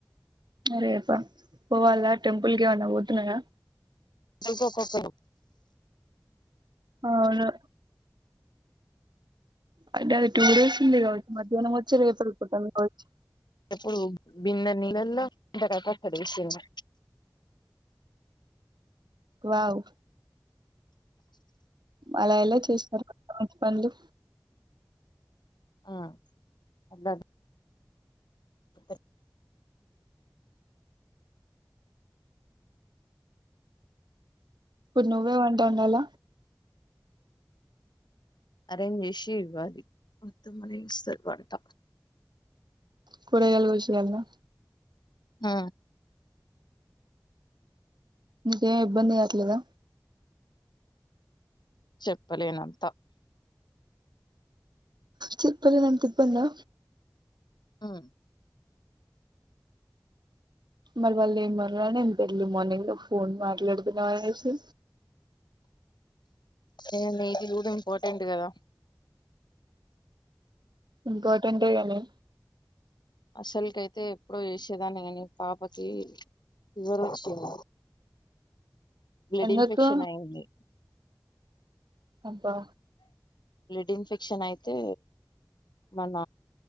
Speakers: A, on the right; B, on the left.
A: రేపా పోవాలా టెంపుల్ కేమన్న ఓతున్నర
B: ఎల్ కో కోకో
A: ఆ అవును అంటే అది టూ డేస్ ఉంది కావచ్చు మధ్యానం వచ్చి రేపు అపోతాం కావచ్చు
B: ఎప్పుడు బింద నీలల్లో కొంతకడేసిండు
A: వావ్ అలా ఎలా చేస్తారు మంచి పనులు
B: ఆ అలాడు ఒకే
A: ఇప్పుడు నువ్వే వంట వండాల
B: అరేంజ్ చేసి ఇవ్వాలి మొత్తం అనే ఇస్తారు వంట
A: కూరగాయల విషయం లో
B: ఆ
A: ఇంకేం ఇబ్బంది కాట్లేదా
B: చెప్పలేనంత
A: చెప్పలేనంత ఇబ్బందా
B: మ్మ్
A: మరి వాళ్ళు ఏమనరా నిను ఎంత ఎర్లీ మార్నింగ్ ఫోన్ మాట్లాడుతున్నావ్ అనేసి
B: ఏ నీది కూడా ఇంపార్టెంట్ కదా
A: ఇంకోటంటే ఏమి
B: అసలుకైతే ఎప్పుడో చేసేదాన్ని కాని పాపకి వూరిచ్చివ్వు బ్లడ్
A: ఎందుకు
B: ఇన్ఫెక్షన్ అయింది
A: అబ్బా
B: బ్లడ్ ఇన్ఫెక్షన్ అయితే మన